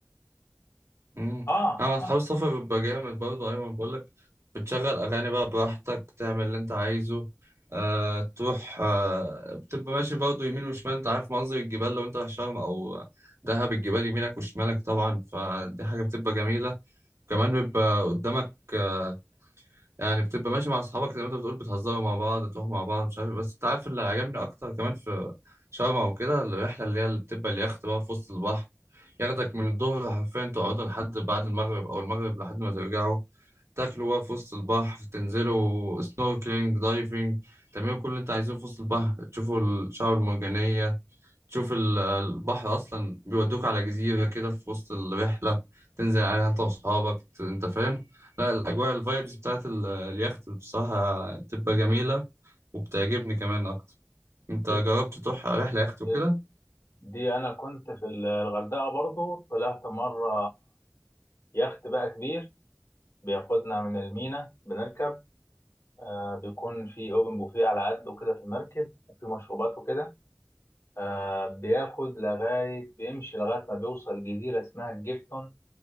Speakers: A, on the right (about 80°); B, on the left (about 75°).
A: امم
B: اه
A: انا مع اصحاب
B: آه.
A: السفر بيبقى جامد برضه ايوه بقول لك بتشغل اغاني بقى براحتك تعمل اللي انت عايزه آه تروح آه بتبقى ماشي برضه يمين وشمال انت عارف منظر الجبال لو انت رايح شرم او دهب الجبال يمينك وشمالك طبعا فدي حاجه بتبقى جميله كمان بيبقى قدامك آه، يعني بتبقى ماشي مع اصحابك زي ما انت بتقول بتهزروا مع بعض تروحوا مع بعض مش عارف إيه. بس انت عارف اللي عجبني اكتر كمان في شرم او كده الرحله اللي هي اللي بتبقى اليخت بقى في وسط البحر ياخدك من الظهر حرفيا تقعدوا لحد بعد المغرب او المغرب لحد ما ترجعوا تاكلوا بقى في وسط البحر تنزلوا سنوركلينج دايفنج تعملوا كل اللي انت عايزه في وسط البحر تشوفوا الشعاب المرجانيه تشوف ال- البحر أصلا بيودوك على جزيرة كده في وسط الرحلة تنزل عليها أنت وأصحابك ت- أنت فاهم لا الأجواء الفايبز بتاعت ال- اليخت بصراحة بتبقى جميلة وبتعجبني كمان أكتر أنت
B: ب-
A: جربت تروح رحلة يخت
B: ب-
A: وكده؟
B: دي انا كنت في الغردقة برضو طلعت مرة يخت بقى كبير بياخدنا من المينا بنركب آه بيكون في اوبن بوفيه على قد وكده في المركب وفي مشروبات وكده آه بياخد لغاية بيمشي لغاية ما بيوصل جزيرة اسمها الجيفتون